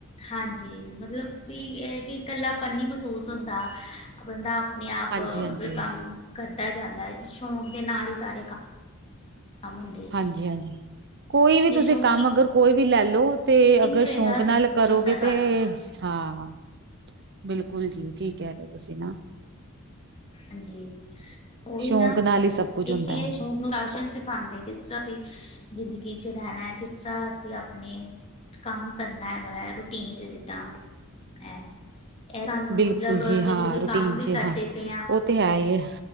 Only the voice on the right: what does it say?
ਹਾਂਜੀ ਹਾਂਜੀ
ਹਾਂਜੀ ਹਾਂਜੀ ਕੋਈ ਵੀ
ਤੁਸੀਂ
ਕੰਮ ਅਗਰ ਕੋਈ ਵੀ ਲੈ ਲਓ। ਤੇ
ਅਗਰ
ਸ਼ੌਕ
ਨਾਲ ਕਰੋਗੇ
ਤੇ
ਹਾਂ। ਬਿਲਕੁਲ ਜੀ ਠੀਕ ਕਹਿ ਰਹੇ ਹੋ ਤੁਸੀਂ ਨਾ।
ਸ਼ੌਂਕ
ਨਾਲ ਹੀ ਸਭ ਕੁੱਝ
ਹੁੰਦਾ
ਬਿਲਕੁਲ
ਜੀ ਹਾਂ
ਰੂਟੀਨ
ਚ
ਉਹ ਤੇ ਹੈ ਹੀ ਏ।